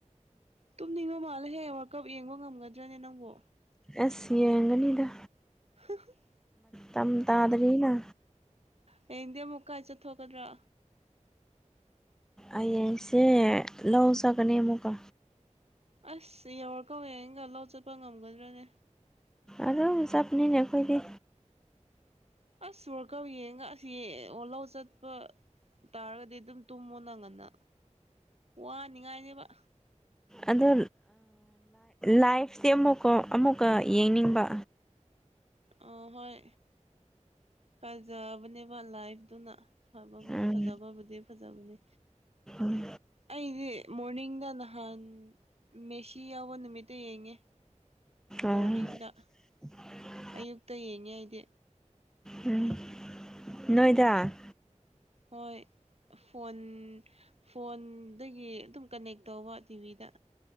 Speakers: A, on the right; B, in the centre.
A: ꯇꯨꯝꯅꯤꯡꯕ ꯃꯥꯜꯂ ꯍꯦꯛ ꯋꯥꯔꯀꯞ ꯌꯦꯡꯕ ꯉꯝꯒꯗ꯭ꯔꯅꯦ ꯅꯪꯕꯨ
B: ꯑꯁꯤ ꯌꯦꯡꯒꯅꯤꯗ
A: <inaudible>
B: ꯃꯝ ꯇ ꯑꯗꯨꯔꯤꯅ
A: ꯍꯌꯦꯡꯗꯤ ꯑꯃꯨꯛꯀꯥꯏ ꯆꯠꯊꯣꯛꯀꯗ꯭ꯔꯥ
B: ꯑꯩꯡꯁꯦ ꯂꯧꯖꯀꯅꯦ ꯑꯃꯨꯛꯀ
A: ꯑꯁ ꯌꯧꯔꯛ ꯀꯧꯋꯦ ꯑꯩꯅꯒ ꯂꯧ ꯆꯠꯄ ꯉꯝꯒꯗ꯭ꯔꯅꯦ
B: ꯑꯗ ꯁꯞꯅꯤꯅꯦꯈꯣꯏꯗꯤ
A: ꯑꯁ ꯁꯜꯀ ꯌꯦꯡꯉ ꯁꯤ ꯑꯣꯂꯧ ꯆꯠꯄ ꯇꯥꯔꯒꯗꯤ ꯑꯗꯨꯝ ꯇꯨꯝꯃꯣ ꯅꯪꯉꯅ ꯋꯥꯅꯤꯡꯉꯥꯏꯅꯦꯕ
B: ꯑꯗꯣ ꯂꯥꯏꯐꯇꯤ ꯑꯃꯨꯛꯀ ꯑꯃꯨꯛꯀ ꯌꯦꯡꯅꯤꯡꯕ
A: ꯑ ꯍꯣꯏ ꯐꯖꯕꯅꯦꯕ ꯂꯥꯏꯚꯇꯅ ꯐꯗꯤ
B: ꯎꯝ
A: ꯐꯖꯕꯕꯨꯗꯤ ꯐꯖꯕꯅꯦ
B: ꯎꯝ
A: ꯑꯩꯗꯤ ꯃꯣꯔꯅꯤꯡꯗ ꯅꯍꯥꯟ ꯃꯦꯁꯤ ꯌꯥꯎꯕ ꯅꯨꯃꯤꯠꯇ ꯌꯦꯡꯉꯦ ꯃꯣꯔꯅꯤꯡꯅꯤꯡꯗ
B: ꯑꯣ <unintelligible>
A: ꯑꯌꯨꯛꯇ ꯌꯦꯡꯉ ꯑꯩꯗꯤ
B: ꯎꯝ ꯅꯣꯏꯗ
A: ꯍꯣꯏ ꯐꯣꯟ ꯐꯣꯟꯗꯒꯤ ꯑꯗꯨꯝ ꯀꯅꯦꯛ ꯇꯧꯕ ꯇꯤꯚꯤꯗ